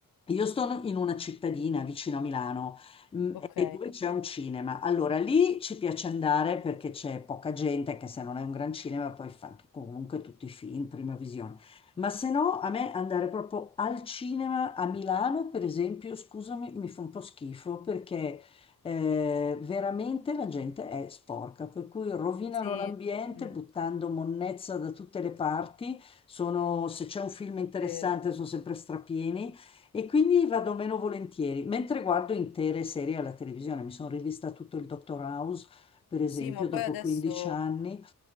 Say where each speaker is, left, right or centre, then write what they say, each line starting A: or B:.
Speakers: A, on the left; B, on the left.
A: io sto in una cittadina vicino a Milano, mm,
B: Ok,
A: e dove c'è un cinema. Allora, lì ci piace andare perché c'è poca gente, che se non è un gran cinema poi fa comunque tutti i film, prima visione. Ma se no, a me andare proprio al cinema a Milano, per esempio, scusami, mi fa un po' schifo perché eh, veramente la gente è sporca, per cui rovinano
B: sì,
A: l'ambiente
B: Mm,
A: buttando monnezza da tutte le parti sono- se c'è un film
B: è
A: interessante
B: vero.
A: sono sempre strapieni e quindi vado meno volentieri, mentre guardo intere serie alla televisione. Mi sono rivista tutto il Dottor House, per esempio,
B: Sì, ma poi
A: dopo
B: adesso
A: 15 anni